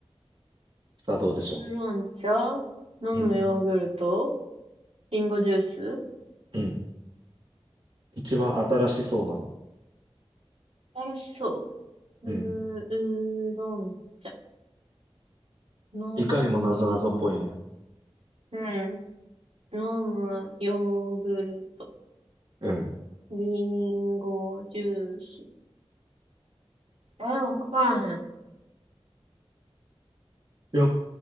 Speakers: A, on the right; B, on the right.
A: さあ、どうでしょ
B: ウーロン茶、飲むヨーグルト、
A: う。うん、
B: リンゴジュース
A: うん。一番新しそうなの。
B: 新しそう。
A: うん。
B: うー、うーろん茶。飲むよ。
A: いかにもなぞなぞっぽいね。
B: うん。飲むヨーグルト。
A: うん。い
B: リンゴジュース。えー、わからへん。
A: や、